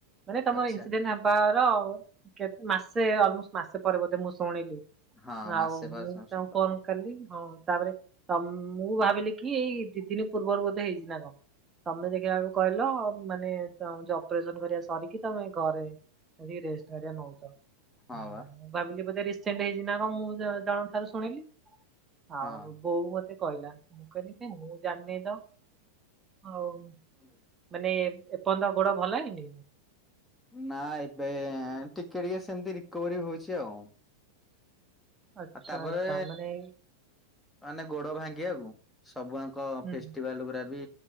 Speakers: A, on the right (about 20°); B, in the centre.
A: ମାନେ ତମର
B: ଆଚ୍ଛା
A: ଇନ୍ସିଡେଣ୍ଟ <unintelligible> ବାର କେ ମାସେ ଅଲମୋଷ୍ଟ ମାସେ ପରେ ବୋଧେ ମୁଁ ଶୁଣିଲି।
B: ହଁ ମାସେ
A: ଆଉ
B: ପରେ
A: ମୁଁ
B: ଶୁଣି ଶୁଣିଲ।
A: <unintelligible> ଫୋନ୍ କଲି। ହଁ ତାପରେ ତ ମୁଁ ଭାବିଲି କି ଏଇ ଦି ଦିନି ପୂର୍ବରୁ ବୋଧେ ହେଇଚି ନା କଣ। ତମେ ଦେଖିଲା ଆଳୁକୁ କହିଲ ମାନେ ତମ ଯୋଉ ଅପ୍ରେଶନ୍ କରିବା ସରିକି ତମେ ଘରେ ଆସିକି ରେଷ୍ଟ୍ ହାରିକା ନଉଚ।
B: ହଁ
A: <unintelligible> ମୁଁ
B: ବା
A: ଭାବିଲି ବୋଧେ ରିସେଣ୍ଟ ହେଇଚି ନା କଁ ମୁଁ ଜ ଜଣଙ୍କ ଠାରୁ ଶୁଣିଲି। ଆଉ
B: ହଁ।
A: ବୋଉ ମତେ କହିଲା ମୁଁ କହିଲି କାଇଁ ମୁଁ <unintelligible> ତ ଆଉ
B: <unintelligible>
A: ମାନେ ଏପନ୍ତ ଗୋଡ଼ ଭଲ ହେଇନି।
B: ନା ଏବେ ଟିକେ ଟିକେ ସେମିତି ରିକୋଭରୀ ହୋଉଛି ଆଉ।
A: ଆଚ୍ଛା
B: ଆଉ ତାପରେ
A: ଆଚ୍ଛା ମାନେ
B: ମାନେ ଗୋଡ ଭାଙ୍ଗିବାକୁ ସବୁଆଙ୍କ
A: ହୁଁ
B: ଫେଷ୍ଟିବାଲ୍ ଗୁରା ବି